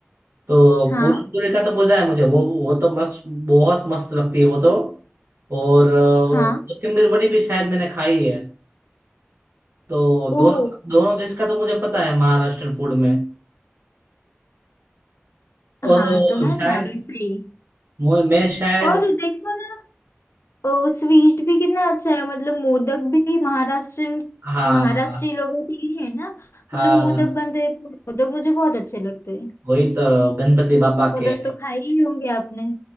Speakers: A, on the right; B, on the left.
A: तो
B: हाँ
A: पूरनपुरी का तो पता है मुझे वो वो तो मस्त बहुत मस्त लगती है वो तो और अ,
B: हाँ
A: कोथिम्बीर वड़ी भी शायद मैंने खाई है तो दोनों
B: ओ
A: दोनों जिसका तो मुझे पता है महाराष्ट्र फूड में और
B: हाँ तो है
A: अ, शायद
B: ना वैसे ही
A: मु- मैं शायद
B: और देखो ना ओ स्वीट भी कितना अच्छा है मतलब मोदक भी महाराष्ट्रन
A: हाँ
B: महाराष्ट्री लोगों के लिए है ना
A: हाँ
B: मतलब मोदक बनते हैं तो मोदक मुझे बहुत अच्छे लगते हैं
A: वही तो गणपति बाबा
B: मोदक
A: के
B: तो खाए ही होंगे आपने